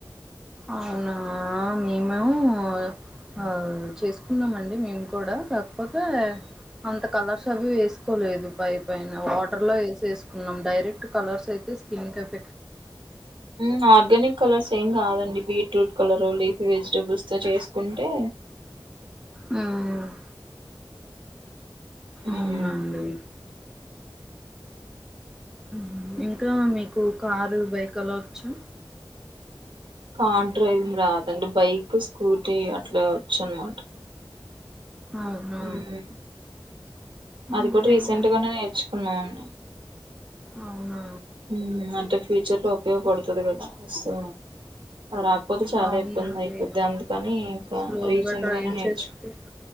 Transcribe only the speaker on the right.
హ్మ్ ఆర్గానిక్ కలర్స్ ఏం కాదండి బీట్రూట్ కలరో లీఫ్య్ వెజిటబుల్స్ తో చేసుకుంటే
ఉమ్
కార్ డ్రైవింగ్ రాదండి బైక్ స్కూటీ అట్లా వచ్చు అనమాట
ఉమ్ అది
కూడా రీసెంట్ గానే నేర్చుకున్నాన్
హ్మ్ అంటే ఫ్యూచర్ లో ఉపయోగపడుతది కదా సో రాకపోతే చాలా
ఇబ్బంది అయిపోద్ది అందుకని ఇంకా
రీసెంట్
గానే నేర్చు